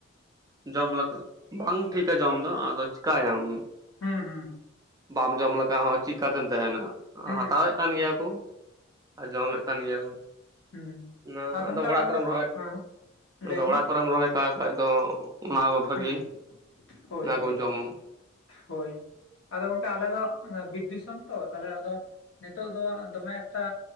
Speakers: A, on the right; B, on the left.
A: ᱡᱚᱢ ᱠᱚ ᱵᱟᱝ ᱴᱷᱤᱠᱟ ᱡᱚᱢ ᱫᱚ ᱟᱫᱚ ᱪᱤᱠᱟᱭᱟᱢ᱾
B: ᱦᱩᱸ ᱦᱩᱸ
A: ᱵᱟᱢ ᱡᱚᱢ ᱞᱮᱠᱷᱟᱱ ᱦᱚᱸ ᱪᱤᱠᱟᱛᱮᱢ ᱛᱟᱦᱮᱱᱟ᱾
B: ᱦᱩᱸ
A: ᱦᱟᱛᱟᱣᱮᱫ ᱠᱟᱱ ᱜᱮᱭᱟ ᱠᱚ ᱟᱨ ᱡᱚᱢᱮᱫ ᱠᱟᱱ ᱜᱮᱭᱟ ᱠᱚ᱾
B: ᱦᱮᱸ
A: ᱚᱱᱟ
B: ᱟᱨ ᱜᱚᱢᱠᱮ
A: ᱟᱫᱚ ᱚᱲᱟᱜ
B: ᱟᱞᱮ
A: ᱠᱚᱨᱮᱢ
B: ᱫᱚ
A: ᱨᱚᱦᱚᱭ
B: ᱦᱮᱸ ᱞᱟᱹᱭ
A: ᱟᱫᱚ
B: ᱵᱤᱱ᱾
A: ᱚᱲᱟᱜ ᱠᱚᱨᱮᱢ ᱨᱚᱦᱚᱭ ᱠᱟᱜ ᱠᱷᱟᱡ ᱫᱚ ᱚᱱᱟ ᱵᱷᱟᱹᱜᱤ
B: ᱦᱩᱸ ᱦᱳᱭ
A: ᱚᱱᱟ
B: ᱦᱳᱭ
A: ᱠᱚᱢ ᱡᱚᱢ
B: ᱦᱳᱭ ᱟᱫᱚ ᱚᱱᱠᱟ ᱟᱞᱮ ᱫᱚ ᱵᱤᱨ ᱫᱤᱥᱚᱢ ᱛᱚ ᱛᱟᱦᱚᱞᱮ ᱟᱫᱚ ᱱᱮᱛᱚᱜ ᱫᱚ ᱫᱚᱢᱮ ᱮᱠᱴᱟ